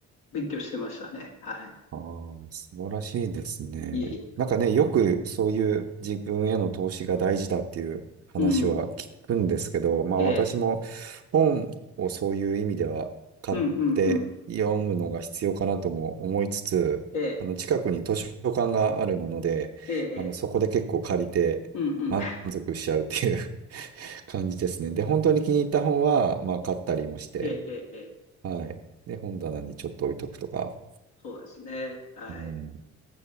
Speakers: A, on the left (about 85°); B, on the right (about 50°).
A: 勉強してましたね。はい。
B: ああ、素晴らしいですね。
A: いえいえ。
B: なんかね、よくそういう自分への投資が大事だっていう話は聞くんですけど、
A: うん。
B: まあ私も本をそういう意味では買って読むのが必要かなとも思いつつ、
A: ええ。うんうんうん。ええ。
B: あの近くに図書館があるもので、
A: ええ。
B: あのそこで結構借りて満足しちゃうっていう
A: ええうんうん。
B: <laughs> 感じですね。で、本当に気に入った本は、まあ買ったりもして、
A: ええ。ええ。ええ
B: はい。で、本棚にちょっと置いとくとか。
A: そうですね。はい。
B: うん